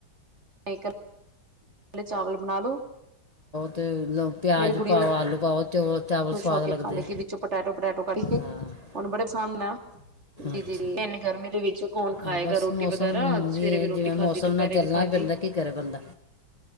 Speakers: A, on the right; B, on the left.
A: ਸਾਈਕਲ - ਪੈਲੇ ਚਾਵਲ ਬਣਾ ਲੋ।
B: ਦ <inaudible> ਲੋ ਪਿਆਜ਼
A: ਮੇਰੀ ਗੁੜੀਆਂ
B: ਪਾਓ,
A: ਵੀ
B: ਆਲੂ ਪਾਓ। ਚੌਲ ਚਾਵਲ
A: ਖੁਸ਼
B: ਸਵਾਦ
A: ਹੋ ਕੇ
B: ਲੱਗਦੇ
A: ਖਾ ਲੇ
B: ਆ
A: ਕੀ ਵਿੱਚੋਂ ਪਟੈਟੋ ਪਟੈਟੋ ਕੱਢ ਏ
B: ਹਾਂ
A: ਔਨੂੰ ਬੜੇ ਸਾਮਨਾ ਜੀ
B: ਅੱਛਾ
A: ਜੀ ਜੀ ਐਨੀ ਗਰਮੀ ਦੇ ਵਿੱਚ ਕੌਣ ਖਾਏਗਾ
B: ਆ ਬਸ
A: ਰੋਟੀ
B: ਮੌਸਮ
A: ਵਗੈਰਾ ਸਵੇਰੇ
B: ਦੀ ਇਹ
A: ਵੀ ਰੋਟੀ
B: ਜਿਵੇਂ
A: ਖਾਧੀ
B: ਮੌਸਮ
A: ਦੁਪੈਰੇ
B: ਨਾਲ ਚੱਲਣਾ
A: ਵੀ ਖਾਧੀ।
B: ਹੀ ਪੈਂਦਾ ਕੀ ਕਰੇ ਬੰਦਾ